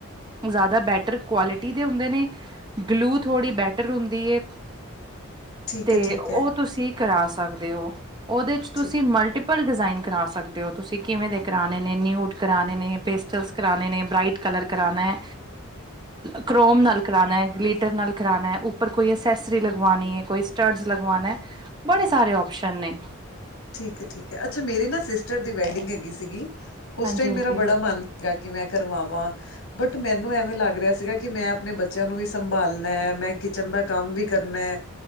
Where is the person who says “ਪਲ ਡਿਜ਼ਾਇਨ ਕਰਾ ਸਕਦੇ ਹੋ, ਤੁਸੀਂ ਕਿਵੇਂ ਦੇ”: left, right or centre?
Right